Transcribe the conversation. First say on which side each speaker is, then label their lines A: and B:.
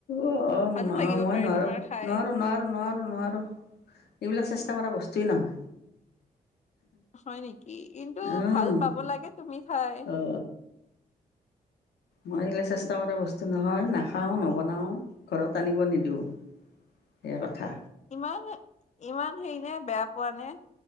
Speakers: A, on the left; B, on the left.
A: অ অ
B: ভালো
A: মা
B: লাগিব
A: মই
B: পাৰে
A: নোৱাৰোঁ
B: তোমাৰ খাই
A: নোৱাৰোঁ নোৱাৰোঁ নোৱাৰোঁ নোৱাৰোঁ এইবিলাক চেষ্টা কৰা বস্তুয়ে নহয়
B: হয় নেকি কিন্তু
A: অ'
B: ভাল পাব লাগে তুমি খাই
A: অ মই এইবিলাক চেষ্টা কৰা বস্তু নহয় নাখাওঁ নবনাওঁ ঘৰত আনিব নিদিওঁ এই কথা
B: ইমান ইমান হেৰি নে বেয়া পোৱা নে